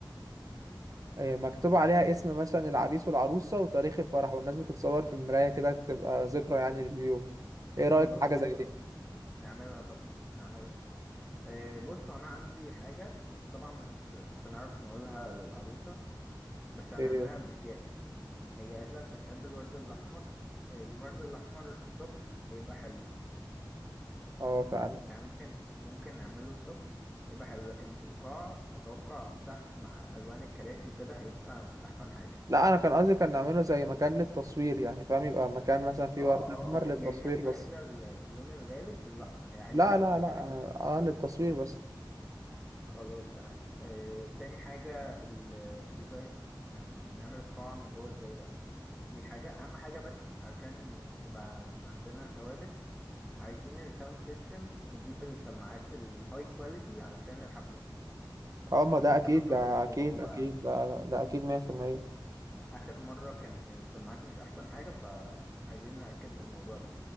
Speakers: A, in the centre; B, on the right.
A: مم.
B: آه، مكتوب عليها اسم مثلا العريس والعروسة وتاريخ الفرح والناس بتتصور في المراية كده تبقى ذكرى يعني لليوم ايه رأيك
A: خلاص
B: في حاجة
A: حلو
B: زي دي؟
A: قوي نعملها طبعا نعملها إيه بص هو انا عندي حاجه بس طبعا مش مش هنعرف نقولها للعروسه بس هنعملها
B: ايه
A: بشياكه هي قالت لك بتحب الورد الاحمر إيه، الورد الاحمر الصبح هيبقى حلو
B: اه فعلا
A: يعني ممكن ممكن نعمله الصبح هيبقى حلو لكن في القاعه اتوقع تحت مع الوان الكراسي وكده هيبقى مش احسن حاجه
B: لا انا كان قصدي كان نعمله زي مكان للتصوير يعني فاهم يبقى مكان مثلا فيه
A: اه
B: ورد احمر
A: اه اوكي
B: للتصوير
A: يعني هي مش عايزه
B: بس
A: ال- اللون الغالب بالاحمر هي عايزاه
B: لا
A: بس
B: لا
A: في
B: لا
A: حاجات
B: اه
A: معينه
B: آه، للتصوير بس
A: خلاص تمام آه، تاني حاجة ال- الديزاين هنعمل القاعة من جوه ازاي بقى في حاجة أهم حاجة بس علشان يبقى عندنا ثوابت عايزين الساوند سيستم نجيب السماعات الهاي كواليتي علشان الحفلة
B: اه ما
A: علشان
B: ده اكيد
A: تامر
B: ده
A: حسني
B: اكيد
A: وهو
B: اكيد ده ده اكيد 100%
A: آخر مرة كان السماعات مش أحسن حاجة فعايزين نأكد من الموضوع ده